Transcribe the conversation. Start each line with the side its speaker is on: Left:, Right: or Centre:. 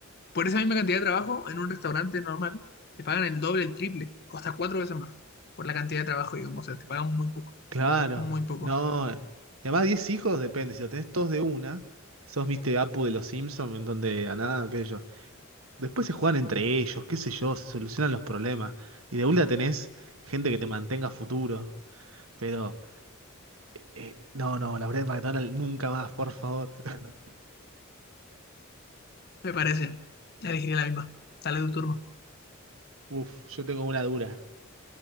Left: por esa misma cantidad de trabajo en un restaurante normal, te pagan el doble, el triple, o hasta cuatro veces más por la cantidad de trabajo, digamos. O sea, te pagan muy poco,
Right: Claro,
Left: muy poco.
Right: no. Y además 10 hijos depende, si lo tenés todos de una, sos Mr. Apu de los Simpsons, en donde a nada, qué sé yo. Después se juegan entre ellos, qué sé yo, se solucionan los problemas. Y de una tenés gente que te mantenga a futuro. Pero, eh, no, no, la verdad McDonald's nunca más, por favor. <laughs>
Left: Me parece. Elegiría la misma. Dale tu turno.
Right: Uf, yo tengo una dura.